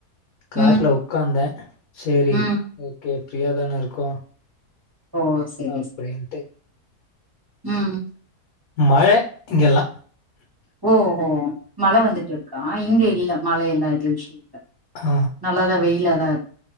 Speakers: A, on the left (about 70°); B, on the right (about 15°).
A: கார்ல
B: ம்
A: உக்காந்தே சேரி
B: ம்
A: ஓக்கே ஃபிரியா தான இருக்கோ
B: ஓ சேரி
A: அப்டின்ட்டு
B: சே ம்
A: மழை இங்கஎல்லா
B: ஓ ஹோ மழை வந்துட்ருக்கா இங்க இல்ல மழைஎல்லா எதும் விஷய இல்ல
A: ஆ
B: நல்லாதா வெயிலாதா